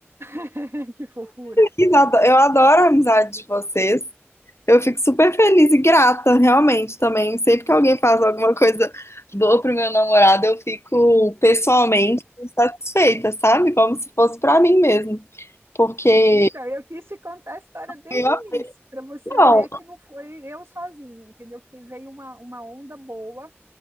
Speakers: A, on the right; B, on the left.
A: <laughs> que fofura.
B: Eu ado- eu adoro a amizade de vocês. Eu fico super feliz e grata, realmente, também. Sempre que alguém faz alguma coisa boa pro meu namorado, eu fico pessoalmente satisfeita, sabe? Como se fosse pra mim mesmo. Porque
A: Então, eu quis te contar a história desde
B: eu,
A: o início, para você
B: não,
A: ver que não foi eu sozinha, entendeu? Que veio uma, uma onda boa,